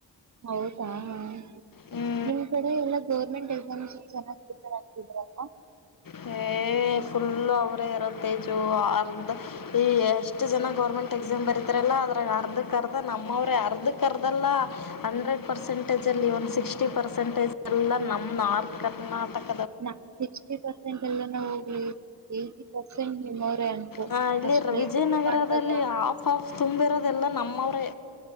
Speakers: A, on the right; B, on the left.
A: ಹೌದಾ ಹಾ ನಿಮ್
B: ಹ್ಞೂ
A: ನಿಮ್ಮ ಕಡೆಯಲ್ಲ ಗೋರ್ಮೆಂಟ್ ಎಕ್ಸಾಮ್ ಪಿಯುಸಿ ಚೆನ್ನಾಗ್ ಪ್ರಿಪೇರ್ ಆಗ್ತಿದ್ರಪ್ಪ
B: ಹೇ ಹೇ ಫುಲ್ಲು ಅವರೇ ಇರೋದು ತೇಜು ಅರ್ಧ ಈ ಎಷ್ಟು ಜನ ಗೌರ್ಮೆಂಟ್ ಎಕ್ಸಾಮ್ ಬರೀತಾರಲ್ಲ ಅದ್ರಾಗ ಅರ್ಧ,, ಅರ್ಧಕರ್ಧ ನಮೋರೆ ಅರ್ಧಕ್ ಕರೆದಲ್ಲ ಹಂಡ್ರೆಡ್ ಪರ್ಸೆಂಟೇಜ್ಲ ವನ್ ಸಿಕ್ಸ್ ಪರ್ಸೆಂಟೇಜ್ ಎಲ್ಲ ನಮ್ನಾರ್ಥ್ ಕರ್ನಾಟಕ
A: ನ ಸಿಸ್ಟಿ ಪರ್ಸೆಂಟ್ ಎಲ್ಲನ ಹೋಗ್ಲಿ ಎಯಿಟಿ ಪರ್ಸೆಂಟ್ ಅನ್ಕೋ
B: ಹ ಇಲ್ಲಿ
A: ಆ ಸ್ಟ್ರೈಕ್ಗಳು
B: ವಿಜಯನಗರದಲ್ಲಿ
A: ಮಾಡ್ದಾಗ
B: ಆಫ್ ಆಫ್ ತುಂಬಿ ಇರೋದೆಲ್ಲಾ ನಮ್ಮವ್ರೇ